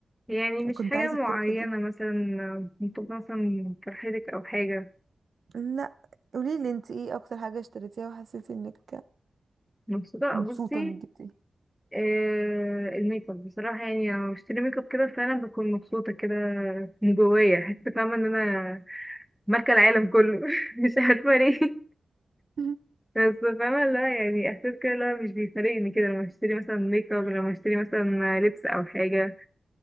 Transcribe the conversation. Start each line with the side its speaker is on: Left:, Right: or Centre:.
Centre: يعني مش
Right: كنت
Centre: حاجة
Right: عايزة
Centre: معينة
Right: التوكة دي
Centre: مثلا آه، ممكن مثلا فرحتك او حاجة
Right: لا قوليلي انت ايه أكتر حاجة اشتريتيها وحسيتي انك
Centre: مبسوطة
Right: مبسوطة
Centre: بصي
Right: انك جبتيها
Centre: آه الميك اب بصراحة يعني لما بشتري ميك اب كده فعلا بكون مبسوطة كده من جوايا حاسة فاهمة ان انا ماركة العالم كله <laughs> مش عارفة ليه
Right: <laughs>
Centre: بس فاهمة لا يعني احساس كده اللي هو مش بيفارقني كده لما اشتري مثلا ميك اب لما اشتري مثلا لبس او حاجة